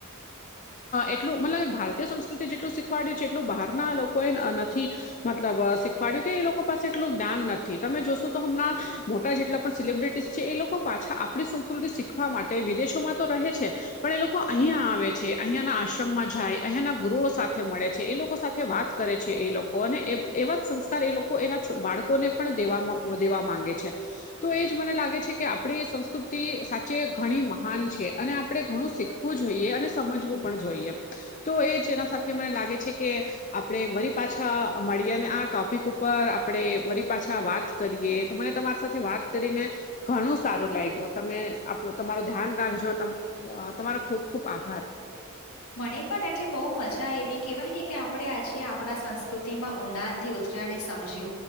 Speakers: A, on the left; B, on the left.
A: <inaudible>
B: એટલું મતલબ ભારતીય સંસ્કૃતિ જેટલું શીખવાડ્યું છે એટલું બહારના લોકોએ નથી મતલબ ફડ્યું કે એ લોકો પાસે એટલું જાન નથી તમે જોશો તો હમણાં મોટા જેટલા પણ સેલબ્રિટીસ છે એ લોકો પાછા આપણી સંસ્કૃતિ શીખવા માટે વિદેશોમાં તો રહે છે પણ એ લોકો અહિયાં આવે છે અહિયાં ના આશ્રમમાં જાય. એના ગુરુઓ સાથે મળે છે એ લોકો સાથે વાત કરે છે એ લોકો અને એવા જ સંસ્કાર એ લોકો એના બાળકોને પણ દે દેવા માંગે છે. તો એજ મને લાગે છે કે આપણી સંસ્કૃતિ સાચે ઘણી મહાન છે અને આપણે ઘણું શીખવા હું, જોઈએ અને સમજવું પણ જોઈએ, તો એ જેના સાથે મને લાગે છે, કે આપણે વરી પાછા મળીએ અને, આ ટોપિક ઉપર આપણેે મારી પાછા વાત કરીએ તો, મને તમારી સાથે વાત કરીને ઘણું સારું લાગ્યું તમે, આપું તમારું ધ્યાન રાખજો તમારો ખુબ ખુબ આભાર!
A: મને પણ એટલી બહુ મજા એવી કહેવાય ને કે આપણે આજે આપણા સંસ્કૃતિ માં ઊંડાણ થી સમજ